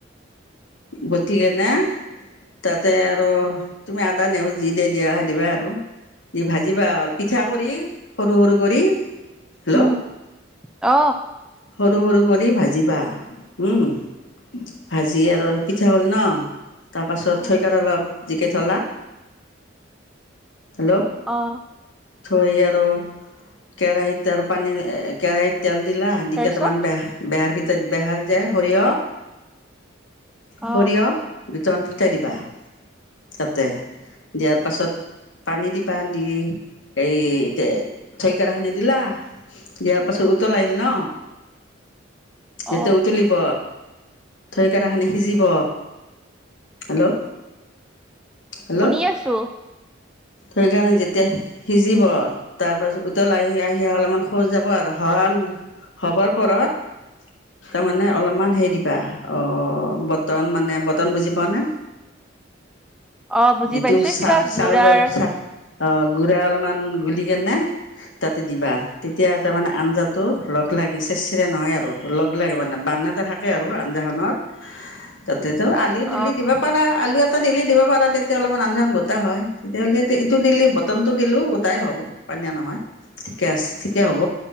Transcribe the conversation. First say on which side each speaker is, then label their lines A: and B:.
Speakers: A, on the left; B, in the centre.
A: বতি কিনে, তাতে আৰু, তুমি আদা নেহুৰ যি দেয়ে দিয়া দিবা আৰু। দি ভাজিবা হ'ল, পিঠা কৰি, সৰু সৰু কৰি। হেল্ল'
B: উম অ
A: সৰু সৰু কৰি ভাজিবা উম। ভাজি আৰু পিঠা হ'ল ন, তাৰপাছত,
B: উম,
A: থৈ কাৰা অলপ জিকেই থলা। হেল্ল'
B: অঁ।
A: থৈ আৰু কেৰাহীতে আৰু পানী এ কেৰাহীত তেল দিলা দি
B: তাৰপিছত
A: কেইটামান বেহাৰ বেহাৰ ফুতে বেহাৰ যে সৰিয়হ,
B: অ
A: সৰিয়হ দুটামান ফুটাই দিবা তাতে দিয়াৰ পাছত পানী দি দি এই থৈকাৰখিনি দিলা দিয়াৰ পাছত উতল আহিল ন
B: অ
A: যেতিয়া উতলিব থৈকাৰাখিনি সিজিব হেল্ল'। হেল্ল'
B: শুনি আছোঁ।
A: থৈকাৰাখিনি যেতিয়া সিজিব তাৰপাছত উতল আহি আহি অলপমান হৈ যাব আৰু সৰল হ'বৰ পৰত তাৰমানে অলপমান সেই দিবা অ', বটন মানে বটন বুজি পোৱানে?
B: অ বুজি
A: যিটো
B: পাইছো
A: চা
B: কিবা
A: চাউলৰ
B: গুড়াৰ
A: অ', গুৰা অলপমান গুলি কিনে তাতে দিবা তেতিয়া তাৰ মানে আঞ্জাটো লগ লাগি চেৰ চেৰা নহয় আৰু লগ লাগে মানে বান্ধ এটা থাকে তাকে আৰু আঞ্জাখনৰ তাতেতো আলি
B: অ
A: দিলি দিব পৰা আলু দিলি দিব পাৰা তেতিয়া অলপমান আঞ্জাখন গোটা হয়। তেতিয়াহ'লে ইটো দিলে বটনতটো দিলেও গোটাই হ'ব পনীয়া নহয়। ঠিকে আছে ঠিকে হ'ব,